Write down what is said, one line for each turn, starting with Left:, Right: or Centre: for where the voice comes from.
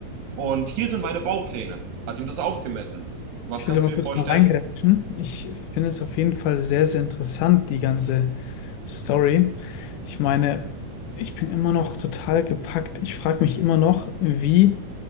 Right: Und hier sind meine Baupläne. Hat ihm das aufgemessen. Was
Left: Ich
Right: kannst
Left: will da mal
Right: du dir
Left: kurz
Right: vorstellen?
Left: mal reingrätschen. Ich finde es auf jeden Fall sehr, sehr interessant, die ganze Story. Ich meine, ich bin immer noch total gepackt. Ich frage mich immer noch, wie